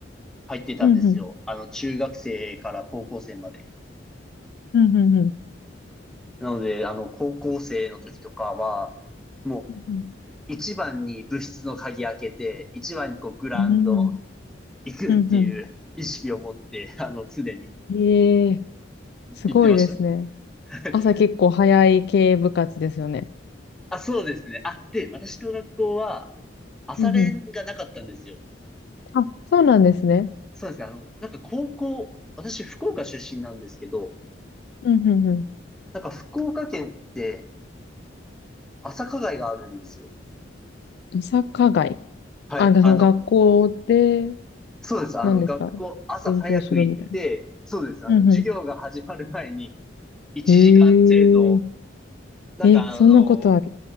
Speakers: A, in the centre; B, on the left.
A: 入ってたんですよ。
B: うんうん。
A: あの、中学生から高校生まで。
B: うんうんうん。
A: なので、あの、高校生の時とかは、も
B: うん
A: う、一番に部室の鍵開けて、一番にこう、グラウンド
B: うん。
A: 行くっていう意識を持って、
B: うんう
A: あの、常に
B: ん。ええ、すごいですね。
A: 行ってました。<laughs>
B: 朝結構早い系部活ですよね。
A: あ、そうですね。あ、で、私の学校は、朝練がなかったんですよ。
B: うんうん。あ、そうなんですね。
A: そうですね。あの、なんか高校、私福岡出身なんですけど、
B: うんうんう
A: なんか福岡県って朝課外があるんですよ。
B: ん。サッカー街。
A: はい。
B: あ、
A: あの、
B: その学校で、
A: そうです。あの、
B: 何ですか
A: 学校朝早く行って、
B: 勉強するみたい
A: そうです。あの、
B: な。うんう
A: 授業が始まる前に1時間程度、
B: ん。へえ
A: なんかあの、
B: え、そんなことある。